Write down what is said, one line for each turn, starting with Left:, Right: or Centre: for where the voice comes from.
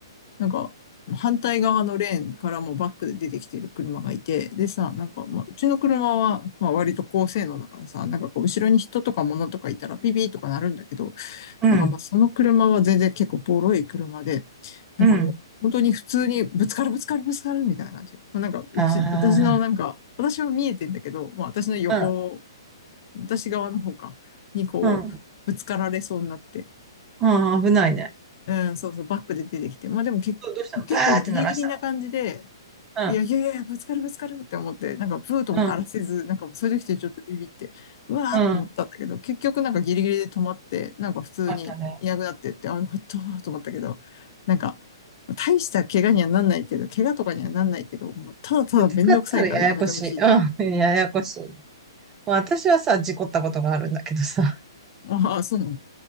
Left: なんか、反対側のレーンからもバックで出てきてる車がいて、でさ、なんか、まあ、うちの車は、まあ、割と高性能だからさ、なんかこう、後ろに人とか物とかいたらピピーとかなるんだけど、
Right: うん、
Left: なんかまあ、その車は全然結構ボロい車で、なんかもう、
Right: うん。
Left: 本当に普通にぶつかるぶつかるぶつかるみたいな感じ。まあ、なんか、うち、
Right: あ
Left: 私のなんか、私は見えてんだけど、まあ、私の横、
Right: あ、
Left: 私側の方か、にこう、
Right: うん、
Left: ぶつかられそうになって、
Right: うん、うん、危ないね。
Left: うん、そうそう、バックで出てきて、まあでもけ結構ギリギリな感じで、
Right: どうどうしたのバーって鳴らしたの
Left: いやいやいやいや、ぶつかるぶつかるって思って、なんかプーとも鳴らせず、
Right: うん、うん、
Left: なんかそういう時ってちょっとビビって、うわーって思ったんだけど、
Right: うん、うん。
Left: 結局なんかギリギリで止まって、なんか普通にいなくなってって、
Right: あったね。
Left: あ、よかったーと思ったけど、なんか、大した怪我にはなんないけど、怪我とかにはなんないけど、もうただただめんどくさいからやめてほしいっていう。
Right: 使ったらややこしい。うん、ややこしい。まあ、私はさ、事故ったことがあるんだけどさ、<laughs>
Left: ああ、そうなの。